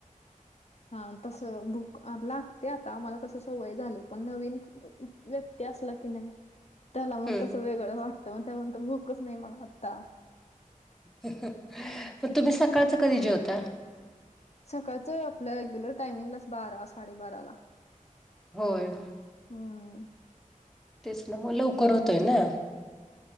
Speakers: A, on the left; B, in the centre.
A: हा तस भूक अह लागते आता आम्हाला कस सवय झाली पण नवीन व्यक्ती असला की नाही. त्याला मग
B: हम्म
A: कसं वेगळं वाटतं मग तो म्हणंत भूकच नाही मला आत्ता
B: मग तुम्ही सकाळचं कधी जेवता
A: सकाळचं आपलं रेग्युलर टायमिंगलाच बारा साडेबारा ला
B: होय.
A: हम्म.
B: तेच ना मग लवकर होतोय ना.